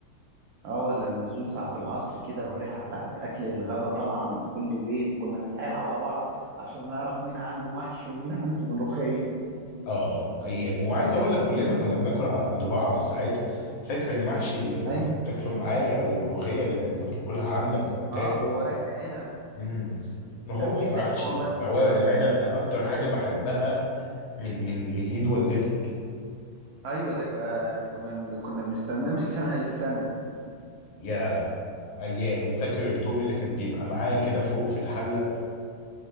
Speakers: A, on the right; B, on the left.
A: اه ولا النزول ساعة العصر كده والريحة بتاعت أكل الغدا طالعة من كل بيت وكنا نتحايل على بعض عشان نعرف مين عنده محشي ومين عنده ملوخية
B: اه ايام وعايز اقول لك كلنا كنا بناكل على عند بعض ساعات فاكر المحشي اللي كنت
A: ايوه
B: بتاكله معايا والملوخيه اللي كنت باكلها عندك وبتاع
A: اه وورق العنب
B: امم ما هو
A: كان في
B: المحشي
A: سحر والله أنا كنت
B: هو العنب
A: بقى.
B: ده اكتر حاجه بحبها من من من ايد والدتك
A: ايوه ده ك- آه كنا بن- كنا بنستناه من السنة للسنة
B: يا ايام وفاكر التوم اللي كان بيبقى معايا كده فوق في الحله